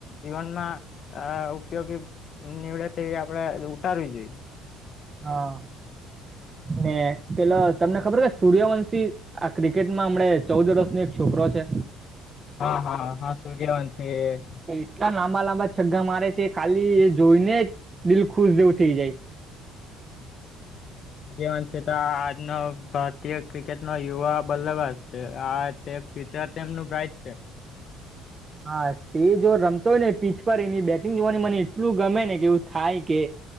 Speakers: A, on the left (about 40°); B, on the right (about 20°).
A: જીવનમાં ઉપયોગી નીવડે તેવી આપડે ઉતારવી જોઈએ.
B: હા ને પેલા તમને ખબર કે સૂર્યવંશી આ ક્રિકેટમાં હમણે ચૌદ વર્ષનોો એક છોકરો છે.
A: હા હા હા સૂર્યવંશી એ છે.
B: એટલા લાંબા લાંબા છગ્ગા મારે છે ખાલી એ જોઈ ને જ દિલ ખુશ જેવું થઇ જાય.
A: હમ <unintelligible> સૂર્યવંશી આજનો ભારતીય ક્રિકેટ નો યુવા બલ્લેબજ છે. આ તે ફ્યુચર ટટેમ નું ગાઈટ છે.
B: હા તે જો રમતો હોય ને પીચ પર એની બેટિંગ જોવાની મને એટલું ગમે ને કે એવું થાય કે